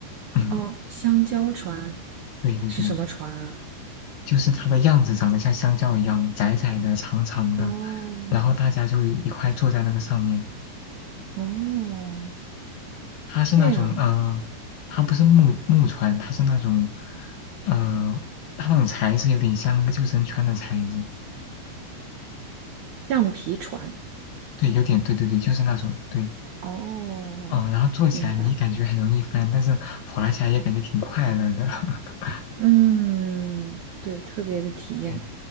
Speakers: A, on the left; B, on the right.
A: <laughs> <clears throat>
B: 哦，香蕉船
A: 对对对，
B: 是什么船啊？
A: 就是它的样子长得像香蕉一样，窄窄的、长长的。
B: 哦
A: 然后大家就一块坐在那个上面。
B: 哦，
A: 它是那种呃，
B: 这样，
A: 它不是木木船，它是那种呃，它那种材质有点像那个救生圈的材质，
B: 橡皮船。
A: 对，有点对对对，就是那种对。
B: 哦，
A: 嗯，然后坐起来你感觉很容易翻，
B: 明白。
A: 但是滑起来也感觉挺快乐的。<laughs>
B: 嗯，对，特别的体验。
A: 对，